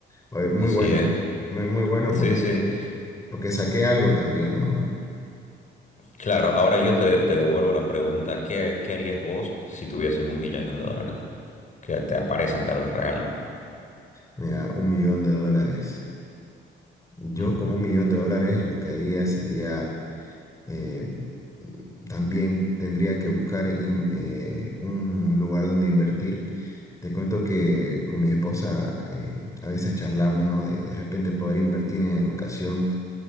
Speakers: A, on the left; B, on the left.
A: Oye, Muy
B: así
A: bueno,
B: es.
A: muy, muy bueno
B: Sí,
A: porque,
B: sí,
A: porque saqué algo también, ¿no?
B: claro. Ahora yo te, te devuelvo la pregunta, ¿qué, qué harías vos si tuvieses un millón de dólares? Que te aparecen, te los regalan.
A: Mira, un millón de dólares. Yo
B: Ujú.
A: con un millón de dólares lo que haría sería, eh, también tendría que buscar in- eh, un lugar donde invertir. Te cuento que con mi esposa eh, a veces charlamos, ¿no? De, de repente poder invertir en educación,